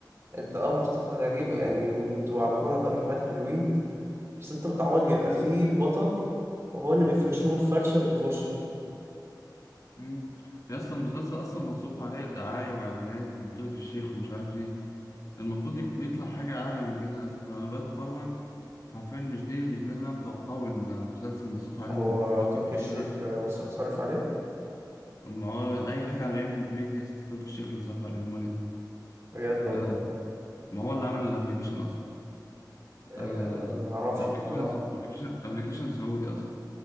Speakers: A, on the right (about 40°); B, on the left (about 50°).
A: انت اه مصطفى غريب يعني وت- ومحمد عبد الرحمن حلوين بس انت متعود بيبقى فيه البطل وهو اللي بيفرش لهم الفرشة وبيخشوا
B: مم. يا اصلا المسلسل اصلا مصروف عليه دعاية واعلانات من تركي الشيخ ومش عارف ايه المفروض يب- يطلع حاجة اعلى من كده اصلا انا بتفرج حرفيا مش دي مش ده اللي انا متوقعه من مسلسل مصروف عليه
A: هو
B: الفلوس
A: تركي
B: دي كلها
A: الشيخ آه، مصر- صارف عليه
B: ما هو اي حاجة على ام بلاي دي يا اسطى تركي الشيخ اللي صرف عليها امال ايه
A: بجد والله
B: آه، ما هو اللي عامل الابلكيشن اصلا
A: يا
B: آه،
A: جدع أنا ما اعرفش
B: ابلكيشن
A: بصراحة
B: ابلكيشن ابلكيشن سعودي اصلا